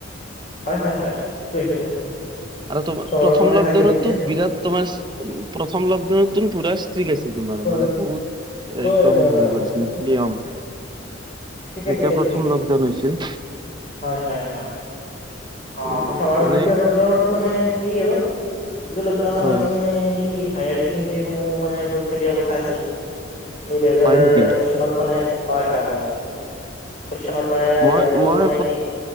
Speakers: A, on the left; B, on the right.
A: হয়, হয়, হয়। সেইটোৱে- সেইটোৱে। ঠিকেই
B: আৰু তোমাৰ
A: চহৰত
B: প্ৰথম
A: মানে
B: লকডাউনতো
A: খালী হৈ গৈছিল
B: বিৰাট তোমাৰ উ প্ৰথম লকডাউনতো পুৰা স্ত্ৰীক আছিল। তোমাৰ
A: হয়
B: মানে বহুত
A: হয়
B: একদম
A: হয়
B: হেৰি
A: হয়
B: কৰিছিল
A: হয়
B: নিয়ম
A: ঠিকে
B: যেতিয়া
A: ঠিকে
B: প্ৰথম
A: ঠিকে
B: লকডাউন হৈছিল।
A: হয় হয় হয় অ',
B: উম
A: প্ৰথম আৰু
B: মানে
A: দ্বিতীয় লকডাউনত মানে সেই আৰু দ্বিতীয়টো লকডাউনত
B: হয়
A: আমি মানে সেই হায়াৰ ছেকেণ্ডৰীসমূহ মানে পৰীক্ষা দিয়াৰ কথা আছিল। দুহেজাৰ
B: হয় নেকি?
A: একৈছ চনত মানে হয়, হয়, হয়। একৈশ চনত মানে
B: মই,
A: দিয়াৰ ফলত
B: মই
A: মানে সেই